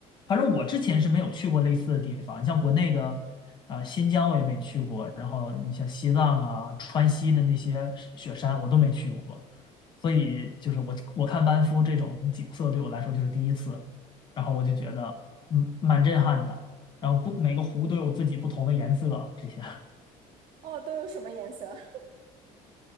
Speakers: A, on the left (about 30°); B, on the right (about 55°).
A: 反正我之前是没有去过类似的地方。你像国内的，呃，新疆我也没去过，然后你像西藏啊、川西的那些雪山我都没去过，所以就是我我看班夫这种景色对我来说就是第一次，然后我就觉得嗯蛮震撼的。
B: 嗯，
A: 然后不每个湖都有自己不同的颜色，这些 <laughs>
B: 哦，都有什么颜色？<laughs>